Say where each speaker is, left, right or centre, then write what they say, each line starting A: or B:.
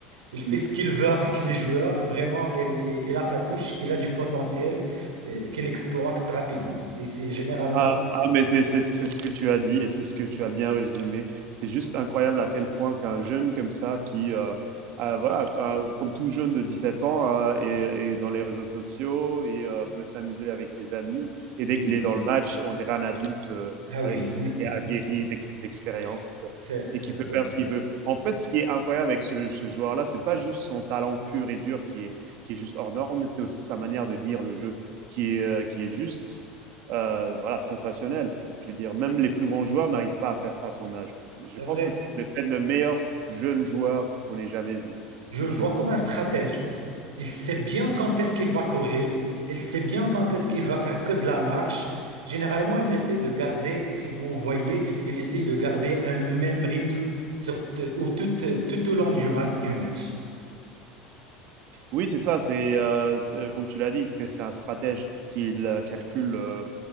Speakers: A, on the right; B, on the right.
A: il fait
B: Mmh.
A: ce qu'il veut avec les joueurs, vraiment il, il- il a sa touche, il a du potentiel euh, qu'il exploite rapidement. Et c'est généralement...
B: Ah, ah, mais c'est c'est- c'est ce que tu as dit et c'est ce que tu as bien résumé. C'est juste incroyable à quel point qu'un jeune comme ça, qui, euh, ah, voilà, ah, comme tout jeune de 17 ans, ah, est, est dans les réseaux sociaux et euh, veut s'amuser avec ses amis. Et
A: c'est-
B: dès qu'il est dans le match, on dirait un adulte euh,
A: Ah
B: avec,
A: oui,
B: qui est aguerri d'ex- d'expérience
A: <laughs> c'est
B: et
A: c'est
B: qui peut
A: vrai.
B: faire ce qu'il veut. En fait, ce qui est incroyable avec ce, ce joueur-là, c'est pas juste son talent pur et dur qui est, qui est juste hors norme, mais c'est aussi sa manière de lire le jeu qui est, euh, qui est juste euh, voilà, sensationnel. Je veux dire, même les plus grands joueurs n'arrivent pas à faire ça à son âge. Et
A: C'est
B: je pense
A: vrai.
B: que c'est peut-être le meilleur jeune joueur qu'on ait jamais vu.
A: Je
B: Sur
A: le vois
B: le...
A: comme un stratège. Il sait bien quand est-ce qu'il va courir, il sait bien quand est-ce qu'il va faire que de la marche. Généralement, il essaye de garder, si vous voyez, il essaye de garder un même rythme sur, t- au, tout, tout au long du, ma- du match.
B: Oui, c'est ça, c'est euh, comme tu l'as dit, que c'est un stratège qui euh, calcule euh,